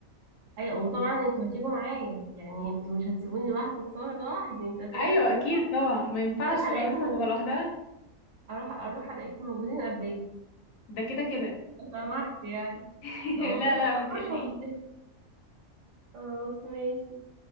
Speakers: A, on the right (about 65°); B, on the left (about 75°).
A: ايوه وطبعا انتوا هتيجوا معايا يعني انتوا مش هتسيبوني لوحدي اتصور لوحدي انتوا هتيجوا
B: ايوه
A: عشان
B: اكيد
A: نتصور
B: طبعا ما ينفعش
A: اروح الاقيكم
B: العروسة
A: موجود
B: تبقى لوحدها
A: اروح اروح الاقيكم موجودين قبليا
B: ده كده كده
A: لو سمحت يعني
B: <laughs>
A: لا والله
B: لا
A: لو
B: لا
A: اتاخرت
B: ما تقلقيش
A: هبقى- خلاص ماشي